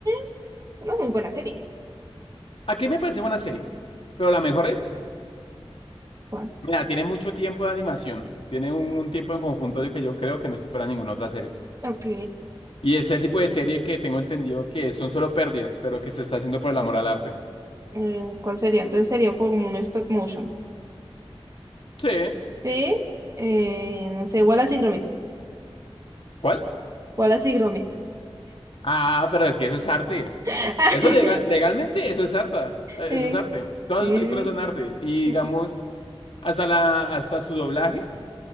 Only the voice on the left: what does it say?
aquí me parece buena serie, pero la mejor es,
mira, tiene mucho tiempo de animación, tiene un, un tiempo en conjunto de que yo creo que no supera ninguna otra serie.
Y es el tipo de serie que tengo entendido que son solo pérdidas, pero que se está haciendo por el amor al arte.
Sí.
¿Cuál?
Ah, pero es que eso es arte.
Eso lega- legalmente, eso es arte. Eh,
Eso es arte. Todas
sus películas
son arte. Y
digamos, hasta la, hasta su doblaje